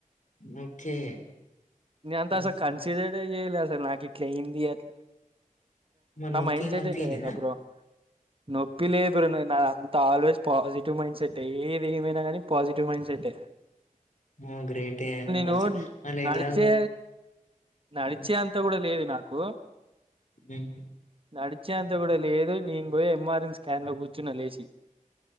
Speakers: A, on the left; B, on the right.
A: ఓకే
B: నేనంత
A: ఉమ్,
B: అసలు కన్సిడర్డ్
A: ఉమ్.
B: చేయలే అసలు నాకు ఇట్లా అఇంది అట్
A: మరి
B: నా
A: నొప్పి
B: మైండ్
A: ఏం
B: సెట్
A: అనిపియలేదా
B: ఎట్లా తెలుసా బ్రో నొప్పిలేదు నాకు ఆల్వేస్ పాజిటివ్ మైండ్ సెట్ ఏది ఏమైనా కాని పాజిటివ్ మైండ్ సెట్టే
A: ఆ గ్రేట ఏ
B: టోన్
A: అసలు అలా
B: నడిచే
A: ఎలా
B: నడిచే
A: ఉమ్,
B: అంత కూడా లేదు నాకు
A: ఆమ్
B: నడిచేంత కూడా లేదు నేను పోయి ఎంఆర్ ఎన్ స్కాన్ లో కూర్చున్న లేచి